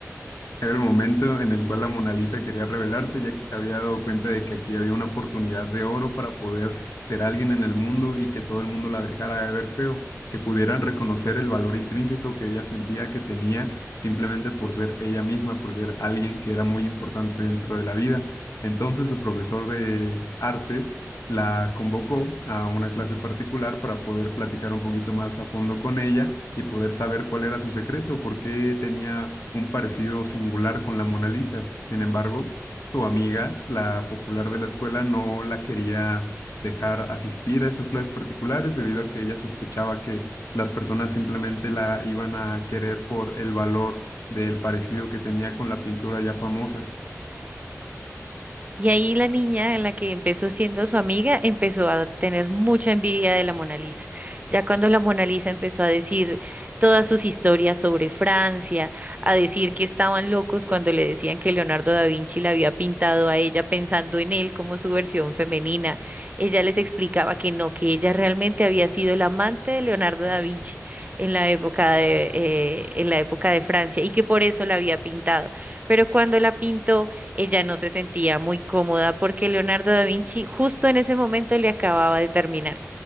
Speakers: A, on the left; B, on the right.
A: Era el momento en el cual la Mona Lisa quería rebelarse ya que se había dado cuenta de que aquí había una oportunidad de oro para poder ser alguien en el mundo y que todo el mundo la dejara de ver feo, que pudieran reconocer el valor intrínseco que ella sentía que tenía simplemente por ser ella misma, por ser alguien que era muy importante dentro de la vida. Entonces su profesor de artes la convocó a una clase particular para poder platicar un poquito más a fondo con ella y poder saber cuál era su secreto, por qué tenía un parecido singular con la Mona Lisa. Sin embargo, su amiga, la popular de la escuela, no la quería dejar asistir a estas clases particulares debido a que ella sospechaba que las personas simplemente la iban a querer por el valor del parecido que tenía con la pintura ya famosa.
B: Y ahí la niña, en la que empezó siendo su amiga, empezó a tener mucha envidia de la Mona Lisa. Ya cuando la Mona Lisa empezó a decir todas sus historias sobre Francia, a decir que estaban locos cuando le decían que Leonardo da Vinci la había pintado a ella pensando en él como su versión femenina, ella les explicaba que no, que ella realmente había sido la amante de Leonardo da Vinci en la época de, eh, en la época de Francia y que por eso la había pintado. Pero cuando la pintó ella no se sentía muy cómoda porque Leonardo da Vinci justo en ese momento le acababa de terminar.